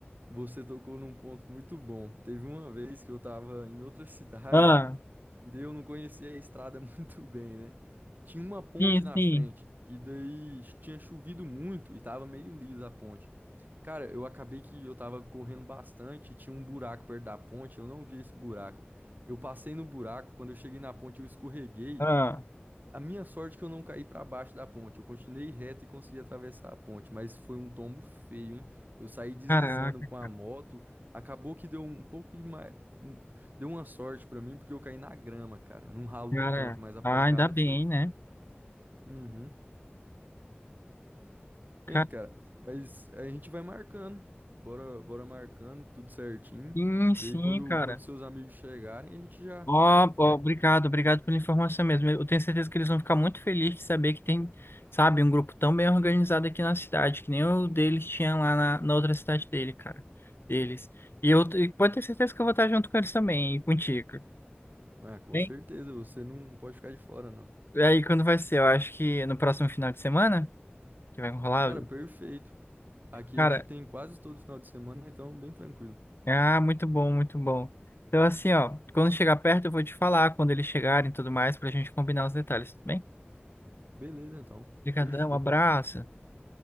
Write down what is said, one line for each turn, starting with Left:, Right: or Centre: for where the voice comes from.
Right: você tocou num ponto muito bom. Teve uma vez que eu tava em outra <laughs> cidade.
Left: Ah,
Right: E daí eu não conhecia a estrada <laughs> muito bem, né? Tinha uma ponte
Left: sim,
Right: na
Left: sim.
Right: frente, e daí tinha chovido muito e tava meio lisa a ponte. Cara, eu acabei que eu tava correndo bastante, tinha um buraco perto da ponte, eu não vi esse buraco. Eu passei no buraco, quando eu cheguei na ponte eu escorreguei
Left: Ah,
Right: a minha sorte é que eu não caí para baixo da ponte. Eu continuei reto e consegui atravessar a ponte, mas foi um tombo feio, hein? Eu saí deslizando
Left: caraca.
Right: com a moto. Acabou que deu um pouco de mais, deu uma sorte para mim porque eu caí na grama, cara. Não ralou
Left: Cara,
Right: tanto, mas a pancada
Left: ah, ainda bem,
Right: foi feia.
Left: né?
Right: Uhum.
Left: Ca-
Right: Hein, cara? Mas a gente vai marcando. Bora, bora marcando tudo certinho.
Left: Sim,
Right: Daí
Left: sim,
Right: quando
Left: cara.
Right: quando seus amigos chegarem, a gente já
Left: Ó,
Right: já vai.
Left: ó, obrigado, obrigado pela informação mesmo. Eu tenho certeza que eles vão ficar muito felizes de saber que tem, sabe, um grupo tão bem organizado aqui na cidade, que nem o deles tinha lá na, na outra cidade dele, cara. Deles. E eu e pode ter certeza que eu vou estar junto com eles também, e contigo.
Right: Ah, com
Left: Bem,
Right: certeza, você não não pode ficar de fora, não.
Left: aí quando vai ser? Eu acho que no próximo final de semana, que vai rolar,
Right: Cara, perfeito. Aqui
Left: Cara,
Right: a gente tem quase todo final de semana, então bem tranquilo.
Left: Ah, muito bom, muito bom. Então, assim, ó, quando chegar perto, eu vou te falar quando eles chegarem e tudo mais, pra gente combinar os detalhes, tudo bem?
Right: Beleza, então.
Left: Obrigadão,
Right: Fechou.
Left: um abraço.